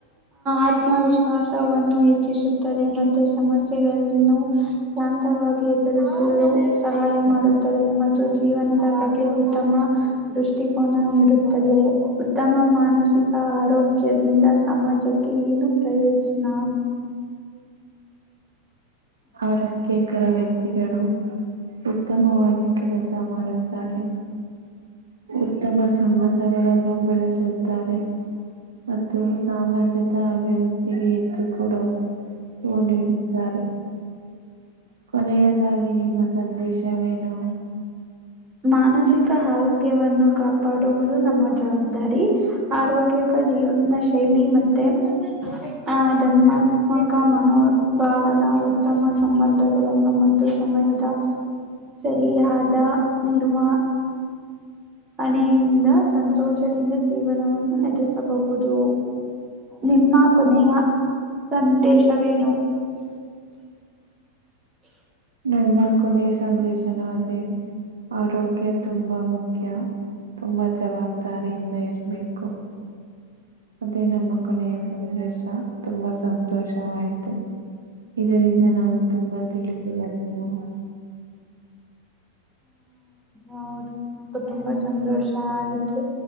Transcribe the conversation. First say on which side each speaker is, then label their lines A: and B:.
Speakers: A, on the right; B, on the right.
A: ಆತ್ಮವಿಶ್ವಾಸವನ್ನು ಹೆಚ್ಚು ುತ್ತದೆ ಮತ್ತೆ ಸಮಸ್ಯೆಗಳನ್ನು ಶಾಂತವಾಗಿ ಎರಿಸಲು ಸಹಾಯ ಮಾಡುತ್ತ ಮತ್ತು ಜೀವನದ ಬಗ್ಗೆ ಉತ್ತಮ ದೃಷ್ಟಿಕೋನ ನೀಡುತ್ತದೆ ಉತ್ತಮ ಮಾನಸಿಕ ಆರೋಗ್ಯದಿಂದ ಸಮಾಜಕ್ಕೆ ಏನು ಪ್ರಯೋಜನ
B: ಆರೋಗ್ಯಕರ ವ್ಯಕ್ತಿಗಳು ಉತ್ತಮವಾಗಿ ಕೆಲಸ ಮಾಡುತ್ತಾರೆ ಉತ್ತಮ ಸಂಬಂಧ ಗಳನ್ನು ಬೆಳೆಸುತ್ತಾರೆ ಮತ್ತು ಸಮಾಜದ ಅಭಿವೃದ್ಧಿಗೆ ಹೆಚ್ಚು ಕೊಡುವುದು ಹ ನೀ ವಿ ಸಾರೆ ಕೊನೆಯದಾಗಿ ನಿಮ್ಮ ಸಂದೇಶವೇನು
A: ಮಾನಸಿಕ ಆರೋಗ್ಯವನ್ನು ಕಾಪಾಡುವುದು ನಮ್ಮ ಜವಾಬ್ದಾರಿ ಆರೋಗ್ಯಕ ಜೀವ ನ ಶೈಲಿ ಮತ್ತೆ ಆ ಧರ್ಮತ್ಮಕ ಮನೋಭಾವನಾ ಉತ್ತಮ ಸಂಬಂಧಗಳನ್ನು ಮತ್ತು ಸಮಯದ ಸರಿಯಾದ ನಿರ್ಮ ಹಣೆಯಿಂದ ಸಂತೋಷದಿಂದ ಜೀವನವನ್ನು ನಟಸಬಹುದು ನಿಮ್ಮ ಕೊನೆಯ ಸಂದೇಶವೇನು
B: ನ ಮಕೊಮ್ಮೇ ಸಂದೇಶನ ಅದದೆ ಆರೋಗ್ಯ ತುಂಬಾ ಮುಖ್ಯ ತುಂಬಾ ಜವಾಬ್ದಾರಿಯಿಂದ ಇರ್ಬೇಕು ಅದೇ ನಮ್ಮ ಕೊನೆಯ ಸಂದರ್ಶ ತುಂಬಾ ಸಂತೋಷವಾಯಿತು ಇದರಿಂದ ನಾವು ತುಂಬಾ ತಿಳಿದ ಬವು
A: <inaudible> ಹ ನು ತುಂಬಾ ಸಂತೋಷ ಆಯ್ತು